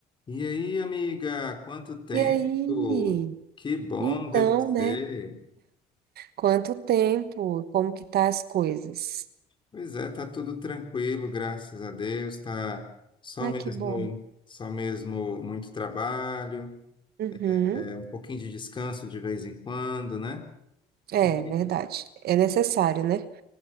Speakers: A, on the left (about 30°); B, on the right (about 70°).
A: E aí, amiga, quanto tempo?
B: E aí?
A: Que bom
B: Então,
A: ver você.
B: né? Quanto tempo? Como que tá as coisas?
A: Pois é, tá tudo tranquilo, graças a Deus. Tá só
B: Ai,
A: mesmo,
B: que bom.
A: só mesmo muito trabalho,
B: Uhum.
A: é um pouquinho de descanso de vez em quando, né?
B: É,
A: E
B: verdade. É necessário, né?